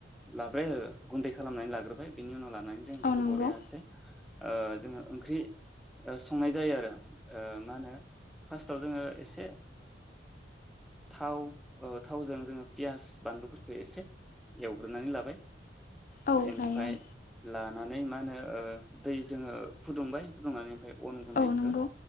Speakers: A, in the centre; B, on the left.
A: लाबाय गुन्दै खालामनानै लाग्रोबाय बिनि उनाव ला नानै जों बेखौ
B: औ नंगौ
A: बरियासै ओ जोङो ओंख्रि संनाय जायो आरो ओ मा होनो फार्स्टाव जोङो ओ एसे थाव थावजों जोङो पियास बानलुफोरखौ एसे एवग्रोनानै लाबाय
B: औ
A: ओमफ्राय
B: लायो आं
A: लानानै मा नो ओ दै जोङो फुदुंबाय फुदुंनानै ओमफाय अन गुन्दैखौ
B: औ नंगौ